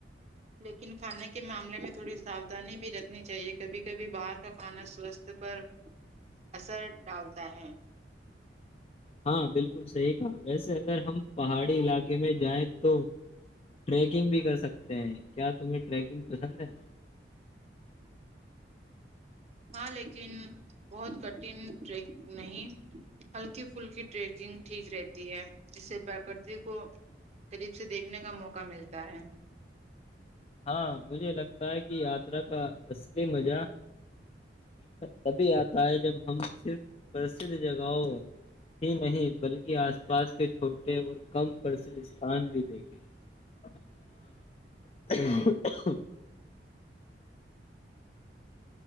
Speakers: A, on the right; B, on the left.
A: لیکن کھانے کے معاملے میں تھوڑی ساوھانی بھی رکھنی چاہیے کبھی کبھی باہر کھانا سواستھ پر اثر ڈالتا کہ <unintelligible>
B: ہاں بالکل صحیح کہا ویسے اگر ہم پہاڑی علاقے میں جائیں تو ٹریکنگ بھی کر سکتے ہیں کیا تمہیں ٹریکنگ پسند ہے
A: ہاں لیکن بہت کٹھن ٹریک نہیں ہلکی پلکی ٹریکنگ ٹھیک رہتی ہے اس سے پرکرتی کو قریب سے دیکھنے کا موقع ملتا ہے
B: ہاں مجھے لگتا ہے کہ یاترا کا اصلی مزہ تبھی آتا ہے جب ہم صرف پرسھ جگہوں ہی نہیں بلکہ آس پاس کے چھوٹے اور کم پرسھ استان بھی دیکھیں <unintelligible> <unintelligible>